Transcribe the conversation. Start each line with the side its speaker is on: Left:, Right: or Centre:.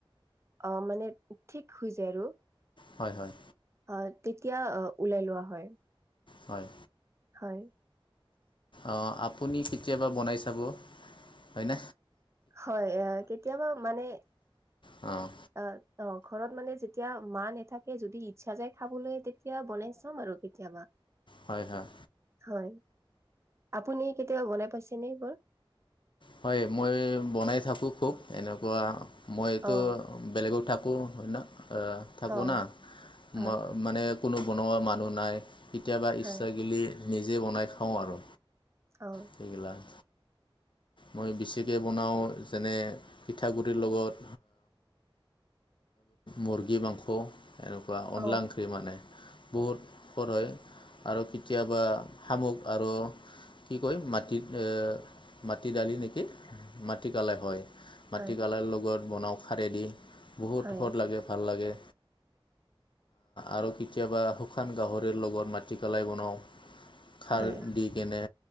Right: অ মানে ঠিক হৈ যায় আৰু
Left: হয় হয়
Right: অ তেতিয়া ওলাই লোৱা হয়
Left: হয়
Right: হয়
Left: অ আপুনি কেতিয়াবা বনাই চাব হয় ন
Right: হয় কেতিয়াবা মানে
Left: অ
Right: অ অ ঘৰত মানে যেতিয়া মা নাথাকে যদি ইচ্ছা যায় খাবলৈ তেতিয়া বনাই চাম আৰু কেতিয়াবা
Left: হয় হয়
Right: হয় আপুনি কেতিয়াবা বনাই পাইছেনে এইবোৰ
Left: হয় মই বনাই থাকো খুব এনেকুৱা মইতো
Right: অ
Left: বেলেগক থাকো হয় ন আহ থাকো
Right: অ
Left: না
Right: হয়
Left: ম মানে কোনো বনোৱা মানুহ নাই কেতিয়াবা
Right: হয়
Left: ইচ্ছা গিলি নিজে বনাই খাওঁ আৰু
Right: অ
Left: সেইবিলাক মই বেছিকৈ বনাওঁ যেনে পিঠাগু়িৰ লগত মূৰ্গী মাংস এনেকুৱা অনলাখৰি
Right: অ
Left: মানে বহুত স হয় আৰু কেতিয়াবা শামুক আৰু কি কয় মাটিত এ মাটি দালি নেকি মাটিকালে হয় মাটিকালৰ
Right: হয়
Left: লগত বনাওঁ খাৰেদি বহুত
Right: হয়,
Left: সুখদ লাগে ভাল লাগে আৰু কেতিয়াবা শুকান গাহৰিৰ লগত মাটিকলাই বনাওঁ খাৰ
Right: হয়,
Left: দি কেনে